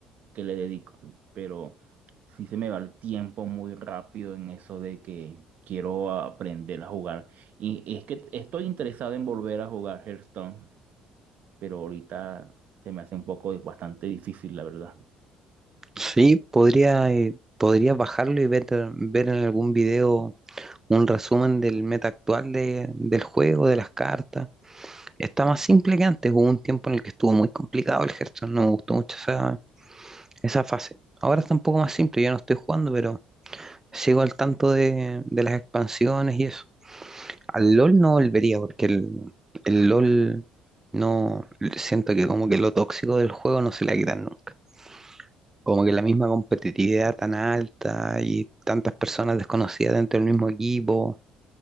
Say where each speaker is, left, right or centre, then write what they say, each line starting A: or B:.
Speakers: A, on the right (about 60°); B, on the right (about 15°).
A: que le dedico. Pero sí se me va el tiempo muy rápido en eso de que quiero aprender a jugar. Y es que estoy interesado en volver a jugar Hearthstone, pero ahorita se me hace un poco bastante difícil, la verdad.
B: Sí, podría, eh, podría bajarlo y ver, ver en algún video un resumen del meta actual de- del juego, de las cartas. Está más simple que antes. Hubo un tiempo en el que estuvo muy complicado el Hearthstone. No me gustó mucho esa, esa fase. Ahora está un poco más simple. Yo no estoy jugando, pero sigo al tanto de, de las expansiones y eso. Al LOL no volvería porque el, el LOL no siento que como que lo tóxico del juego no se le ha quitado nunca. Como que la misma competitividad tan alta y tantas personas desconocidas dentro del mismo equipo